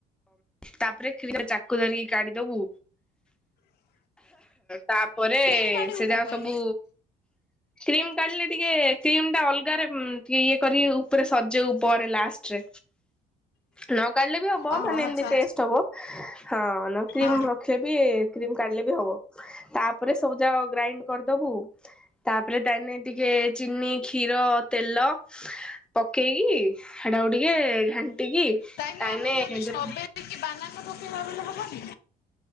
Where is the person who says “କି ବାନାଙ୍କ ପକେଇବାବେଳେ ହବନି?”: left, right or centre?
Left